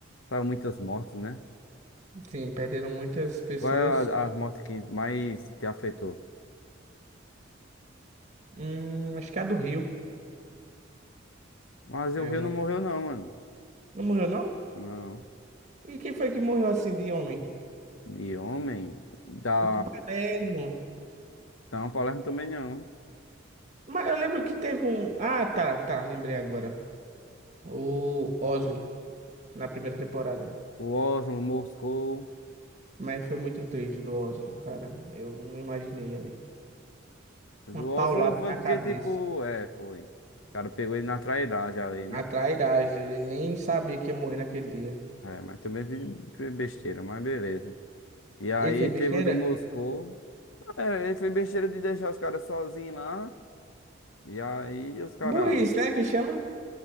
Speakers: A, on the left; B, on the right.
A: saiu muitas mortes, né?
B: Sim, perderam muitas pessoas.
A: Qual é a, a morte que mais te afetou?
B: Hum, acho que é a do Rio.
A: Mas
B: É
A: o Rio
B: uma.
A: não morreu não, mano.
B: Não morreu, não?
A: Não.
B: E quem foi que morreu assim de homem?
A: De homem, da,
B: O Palermo.
A: da Palermo também não.
B: Mas eu lembro que teve um. Ah, tá, tá, lembrei agora. O Oslo, na primeira temporada.
A: O Oslo, Moscou.
B: Mas foi muito triste do Oslo, cara. Eu não imaginei ali.
A: Do
B: Uma
A: Oslo
B: paulada
A: foi
B: na
A: porque,
B: cabeça.
A: tipo, é, foi. O cara pegou ele na trairagem ali, né?
B: Uma trairagem. Ele nem sabia que ia morrer naquele dia.
A: É, mas também foi foi besteira, mas beleza. E aí
B: Ele fez
A: teve
B: besteira?
A: o do Moscou. É, ele foi besteira de deixar os caras sozinhos lá. E aí os caras
B: Burrice, né? Que chama?